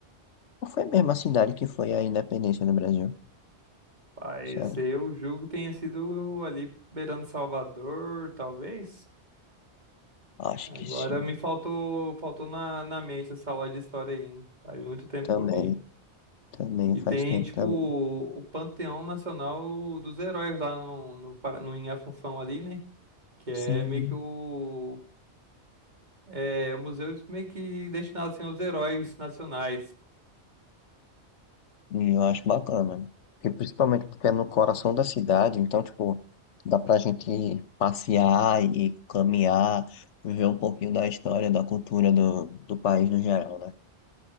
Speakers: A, on the left (about 85°); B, on the right (about 40°).
A: Qual foi mesmo a cidade que foi a independência do Brasil?
B: Mas
A: Sério?
B: eu julgo que tenha sido ali beirando Salvador, talvez.
A: Acho
B: Agora
A: que sim.
B: me faltou, faltou na, na mente essa aula de história aí, hein? Faz muito tempo
A: Também,
B: que eu vi.
A: também,
B: E
A: faz
B: tem,
A: tempo
B: tipo,
A: também.
B: o Panteão Nacional dos Heróis lá no, no, Para- no, em Afunfão ali, né? Que é
A: Sim.
B: meio que o É, o museu meio que destinado assim, aos heróis nacionais.
A: E eu acho bacana. Porque principalmente porque é no coração da cidade, então, tipo, dá pra gente passear e caminhar, ver um pouquinho da história, da cultura do, do país no geral, né?